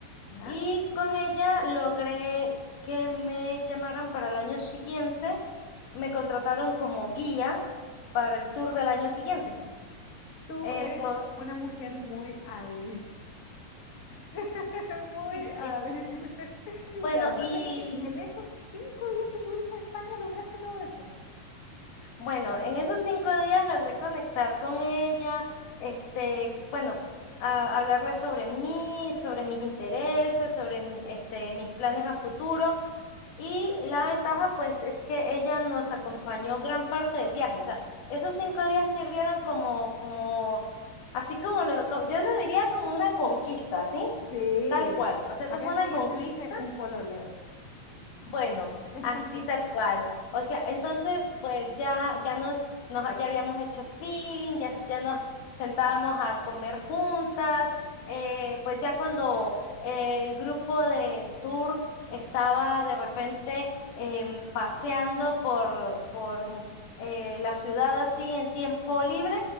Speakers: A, on the left; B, on the left.
A: ¿Ya?
B: y con ella logré que me llamaran para el año siguiente. Me contrataron como guía para el tour del año siguiente.
A: Tú
B: Entonces,
A: eres una mujer muy hábil. <laughs> Muy
B: sí,
A: hábil.
B: eh,
A: <laughs>
B: bueno,
A: Ya, entonces,
B: y
A: y en esos cinco días que tuviste en España lograste todo eso.
B: bueno, en esos cinco días logré conectar con ella, este, bueno, a- hablarle sobre mí, sobre mis intereses, sobre mi- este, mis planes a futuro. Y la ventaja, pues, es que ella nos acompañó gran parte del viaje. O sea, esos cinco días sirvieron como, como, así como lo, co- yo lo diría como una conquista, ¿sí?
A: Sí.
B: Tal cual. O sea, eso
A: Acá
B: fue
A: en
B: una
A: Chile
B: conquista
A: se dice un pololeo.
B: bueno, así
A: <laughs>
B: tal cual. O sea, entonces, pues ya, ya nos, nos, ya habíamos hecho feeling, ya, ya nos sentábamos a comer juntas. eh, pues ya cuando eh, el grupo del tour estaba de repente em, paseando por, por mm, eh, la ciudad así en tiempo libre,